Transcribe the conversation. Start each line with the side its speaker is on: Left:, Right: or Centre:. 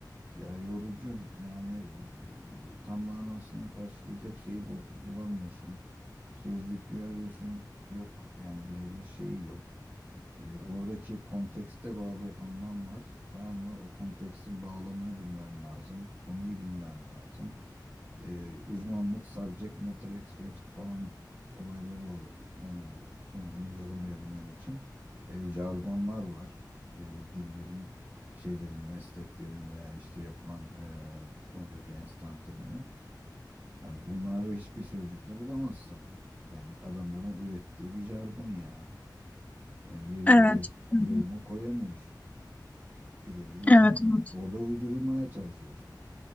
Right: Ya yorucu yani e, tam manasını karşılayacak şeyi bu- bulamıyorsun. Sözlüğü arıyorsun yok yani birebir şey yok. E, oradaki kontekste bağlı anlam var. Tamam mı? O kontekstin bağlamını bilmen lazım. Konuyu bilmen lazım. E, uzmanlık, subject matter expert falan olayları o- yani, o, yani onu yorumlayabilmen için. E, jargonlar var. E, dillerin, şeylerin, mesleklerin veya işte yapılan e, o konudaki enstantanenin. Yani bunları hiçbir sözlükte bulamazsın. Yani adamların ürettiği bir jargon yani. E, yeri
Left: Evet.
Right: ye-
Left: Hı
Right: yerine
Left: hı.
Right: koyamıyorsun. Birebir yapamıyorsun.
Left: Evet, evet.
Right: Orada uydurmaya çalışıyorsun.